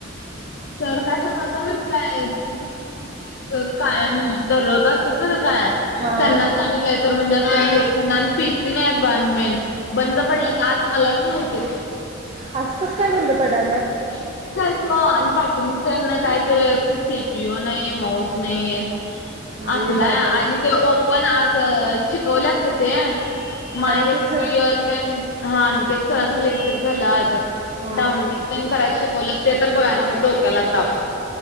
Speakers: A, on the left (about 60°); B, on the right (about 35°).
A: सर काय सांगालता माहीत आहे काय तुम्ही म्हणजे जे कायम दररोज असतात नव्हे काय
B: हा
A: त्यांनाच
B: हा
A: आम्ही कायतर म्हणजे असं हे करणार आणि पी सी नाहीयेत बाळ मेन बंद पडल्यात आज मलाच नव्हतीत.
B: असं कसं काय बंद पडाल्यात?
A: मी एकटीच आलतो आणि पाठीमागच्याना काय ते सी पी यू नाही माऊस नाही.
B: अरे
A: असल
B: बाबा.
A: आहे आणि ते ओपन आज शिकवल्यात गं ते. माय
B: अनिकेत
A: एस
B: सर.
A: पी ल तेन हां अनिकेत सरांचं लेक्चर झालं आज.
B: हा.
A: डाऊनलोड तेन करायच शिकवल्यात ते तर बघाय नको डोक्याला ताप